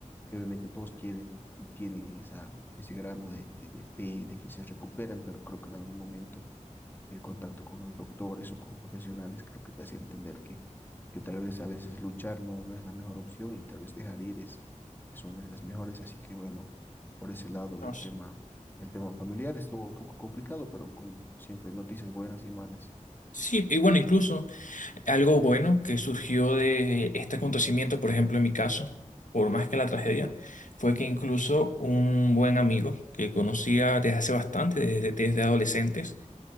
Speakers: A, on the left (about 15°); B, on the left (about 75°).
A: que obviamente todos quieren y tienen esa, ese grano de, de, de fe de que se recuperan, pero creo que en algún momento el contacto con los doctores o con profesionales, creo que te hace entender que, que tal vez a veces luchar no, no es la mejor opción y tal vez dejar ir es, es una de las mejores. Así que bueno, por ese lado
B: No
A: el
B: sé.
A: tema, el tema familiar estuvo un poco complicado, pero como siempre, noticias buenas y malas.
B: Sí, y bueno, incluso algo bueno que surgió de este acontecimiento, por ejemplo, en mi caso, por más que la tragedia, fue que incluso un buen amigo que conocía desde hace bastante, desde, desde adolescentes,